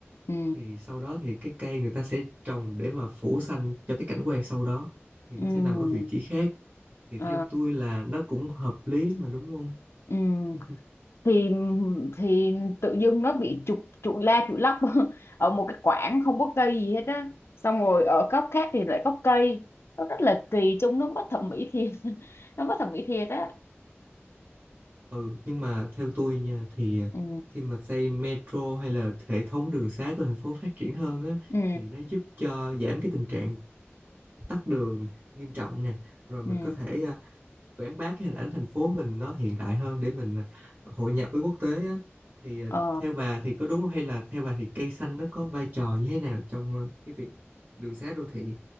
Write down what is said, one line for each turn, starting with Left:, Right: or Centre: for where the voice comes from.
Left: ừ
Right: thì sau đó thì cái cây người ta sẽ trồng để mà phủ xanh cho cái cảnh quan sau đó thì
Left: ừ
Right: nó sẽ nằm ở vị trí khác thì
Left: ờ,
Right: theo tôi là nó cũng hợp lý mà đúng không
Left: ừ
Right: <laughs>
Left: thì thì tự dưng nó bị trục trục la trục lắc <laughs> ở một cái quảng không có cây gì hết á xong rồi ở góc khác thì lại có cây nó rất là kỳ trông nó bất thẩm mỹ thiệt <laughs> nó bất thẩm mỹ thiệt á
Right: ừ nhưng mà theo tôi nha thì
Left: ừ
Right: khi mà xây metro hay là hệ thống đường xá của thành phố phát triển hơn á
Left: ừ
Right: thì nó giúp cho giảm cái tình trạng tắc đường nghiêm trọng nè rồi mình
Left: ừ
Right: có thể à, quảng bá cái hình ảnh thành phố mình nó hiện đại hơn để mình à, hội nhập với quốc tế á thì à,
Left: ờ
Right: theo bà thì có đúng không hay là theo bà thì cây xanh nó có vai trò như thế nào trong à, cái việc đường xá đô thị